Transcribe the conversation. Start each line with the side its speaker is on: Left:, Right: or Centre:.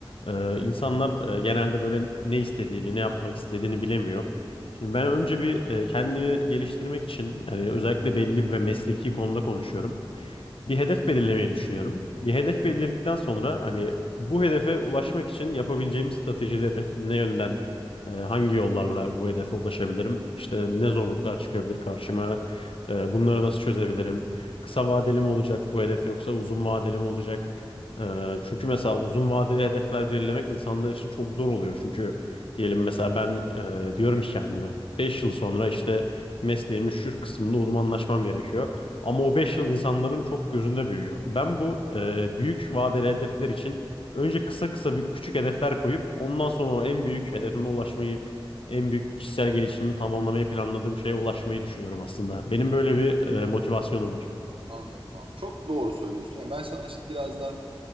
Left: e, insanlar e, genelde böyle ne istediğini, ne yapmak istediğini bilemiyor. Şimdi ben önce bir e, kendimi geliştirmek için hani özellikle belli ve mesleki konuda konuşuyorum bir hedef belirlemeyi düşünüyorum. Bir hedef belirledikten sonra hani bu hedefe ulaşmak için yapabileceğim stratejileri ne yönden e, hangi yollarla bu hedefe ulaşabilirim? İşte ne zorluklar çıkabilir karşıma? E, bunları nasıl çözebilirim? Kısa vadeli mi olacak bu hedef yoksa uzun vadeli mi olacak? E, çünkü mesela uzun vadeli hedefler belirlemek insanlar için çok zor oluyor. Çünkü diyelim mesela ben e, diyorum ki kendime 5 yıl sonra işte mesleğimin şu kısmında uzmanlaşmam gerekiyor. Ama o 5 yıl insanların çok gözünde büyüyor. Ben bu e, büyük vadeli hedefler için önce kısa kısa bir küçük hedefler koyup ondan sonra o en büyük hedefime ulaşmayı, en büyük kişisel gelişimimi tamamlamayı planladığım şeye ulaşmayı düşünüyorum aslında. Benim böyle bir e, motivasyonum var.
Right: Anladım abi. Çok doğru söylüyorsun. Yani ben sana işte biraz da